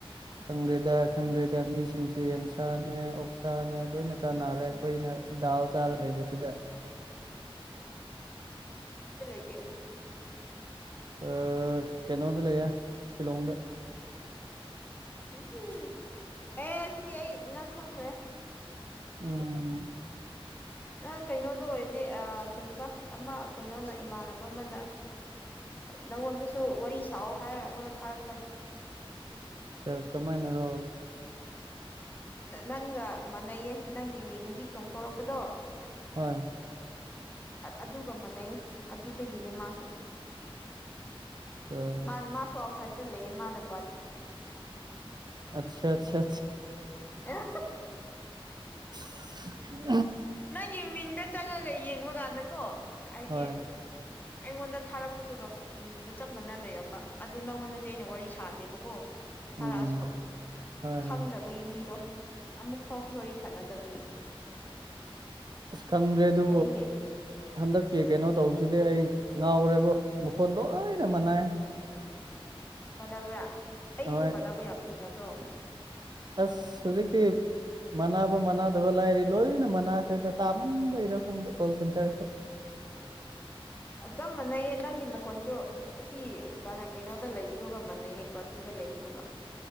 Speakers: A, on the right; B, on the left.
A: ꯈꯪꯗ꯭ꯔꯦꯗ ꯈꯪꯗ꯭ꯔꯦꯗ ꯃꯤꯁꯤꯡꯁꯦ ꯌꯦꯟꯁꯥꯅꯦ ꯑꯣꯛꯁꯥꯅꯦ ꯂꯣꯏꯅ ꯆ ꯅꯥꯔꯦ ꯑꯩꯈꯣꯏꯅ ꯗꯥꯜ ꯆꯥꯔ ꯂꯩꯕꯁꯤꯗ
B: ꯦ
A: ꯑ ꯀꯩꯅꯣꯗ ꯂꯩꯌꯥ ꯁꯤꯂꯣꯡꯗ
B: ꯎꯝ ꯑꯦ ꯁꯤ ꯑꯩ ꯅꯪ ꯈꯪꯗ꯭ꯔꯦ
A: ꯎꯝ
B: ꯅꯪ ꯀꯩꯅꯣꯗ ꯑꯣꯏꯅꯦ ꯑ ꯀꯕꯥ ꯑꯃ ꯀꯩꯅꯣꯅ ꯏꯃꯥꯟꯅꯕ ꯑꯃꯅ ꯅꯪꯉꯣꯟꯗꯁꯨ ꯋꯥꯔꯤ ꯁꯥꯑꯣ ꯍꯥꯏ ꯑꯩꯉꯣꯟꯗ ꯊꯥꯔꯛꯄꯅꯦ
A: <unintelligible> ꯀꯃꯥꯏꯅ ꯔꯣ
B: ꯅꯪ ꯃꯅꯌꯦꯦ ꯅꯪ ꯏ ꯃꯤ ꯆꯣꯡꯊꯣꯔꯛꯄꯗꯣ
A: ꯍꯣꯏ
B: ꯑꯗꯨꯒ ꯃꯥꯟꯅꯩꯌꯦ ꯑꯗꯨꯗꯒꯤꯅꯦ ꯃꯥꯁꯨ
A: ꯁꯥꯔ
B: ꯃꯥ ꯃꯥꯁꯨ ꯑꯥꯎꯠꯁꯥꯏꯗꯠꯇ ꯂꯩꯌꯦ ꯃꯥꯅ ꯒ
A: ꯑꯆꯥ ꯑꯠꯆꯥ
B: ꯑꯦ
A: <unintelligible>
B: ꯅꯪꯒꯤ ꯃꯤꯡꯗ ꯆꯪꯉꯒ ꯌꯦꯡꯕ ꯀꯥꯟꯗꯀꯣ ꯍꯥꯏꯗꯤ
A: ꯍꯣꯏ
B: ꯑꯩꯉꯣꯟꯗ ꯊꯥꯔꯛꯄꯗꯨꯒ ꯃꯤꯡꯗ ꯆꯞ ꯃꯥꯟꯅ ꯂꯩꯔꯝꯕ ꯑꯗꯨ ꯅꯪꯉꯣꯟꯗꯗꯤ ꯑꯩꯅ ꯋꯥꯔꯤ ꯁꯥꯗꯦꯕꯀꯣ ꯊꯥꯔꯛꯑꯁꯨ
A: ꯎꯝ ꯍꯣꯏ
B: ꯈꯪꯗꯕꯒꯤ
A: ꯍꯣꯏ
B: ꯃꯤꯗꯣ ꯑꯃꯨꯛ ꯐꯥꯎꯁꯨ ꯋꯥꯔꯤ ꯁꯥꯟꯅꯗꯕꯒꯤ
A: ꯑꯁ ꯈꯪ꯭ꯔꯦ ꯑꯗꯨ
B: ꯌꯥꯏꯅꯦ
A: ꯍꯟꯗꯛ ꯀ ꯀꯩꯅꯣ ꯇꯧꯕꯁꯤꯗꯤ ꯑꯩ ꯉꯥꯎꯔꯦꯕ ꯃꯈꯣꯟ ꯂꯣꯏꯅ ꯃꯅꯥꯏ
B: ꯃꯥꯟꯅꯕ꯭ꯔꯥ ꯑꯩꯒꯤꯁꯨ
A: ꯍꯣꯏ
B: ꯃꯥꯟꯅꯕ꯭ꯔꯥ ꯌꯥꯝ ꯊꯦꯡꯅꯕ꯭ꯔꯣ
A: ꯑꯁ ꯍꯧꯖꯤꯛꯇꯤ ꯃꯅꯥꯕ ꯃꯅꯥꯗꯕ ꯂꯥꯏꯔꯤ ꯂꯣꯏꯅ ꯃꯅꯥꯈꯦꯗ ꯇꯥꯃꯟꯕꯣꯏꯔꯥ ꯈꯪꯗꯦ ꯀꯣꯜ ꯁꯦꯟꯇꯔꯁꯦ
B: ꯑ ꯆꯞ ꯃꯥꯟꯅꯩꯌꯦ ꯅꯪꯒꯤ ꯃꯈꯣꯟꯁꯨ ꯑꯁꯤ ꯀ ꯀꯩꯅꯣꯗ ꯂꯩꯕꯗꯨꯒ ꯃꯥꯟꯅꯩꯌꯦ ꯒꯨꯍꯥꯇꯤꯗ ꯂꯩ ꯌꯦꯔꯒ